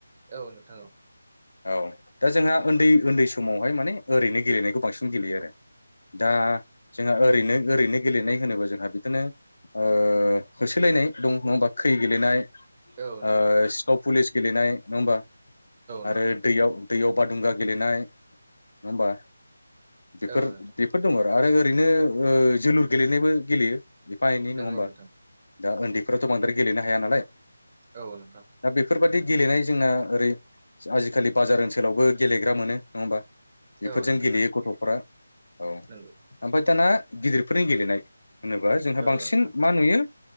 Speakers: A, on the right; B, on the left.
A: औ नोंथां औ।
B: औ दा जोंहा उन्दै-उन्दै समावहाय माने ओरैनो गेलेनायखौ बांसिन गेलेयो आरो। दा जोंहा ओरैनो ओरैनो गेलेनाय होनोब्ला जोंहा बिदिनो ओ होसोलायनाय दं नङा खै गेलेनाय ओ
A: औ
B: सिखाव पुलिस गेलेनाय। नङा होमबा? आरो
A: नोंथां
B: दैयाव दैयाव बादुंगा गेलेनाय। नङा होमबा? बेफोर
A: औ
B: बेफोर दङ आरो ओरैनो ओ जोलुर गेलेनायबो गेलेयो एफा-एनै। नङा
A: नंगौ
B: होमबा?
A: नोंथां
B: दा उन्दैफथ' बांद्राय गेलेनो हाया नालाय।
A: औ नोंथां
B: दा बेफोरबादि गेलेनाय जोंना ओरै- आजिखालि बाजार ओनसोलावबो गेलेग्रा मोनो। नङा होमबा? बेफोरजों
A: औ नोंथां औ नोंथां
B: गेलेयो गथ'फोरा औ
A: नंगौ
B: ओमफ्राय दाना गिदिरफोरनि गेलेनाय होनोबा
A: नोंथां
B: जोंहा बांसिन मा नुयो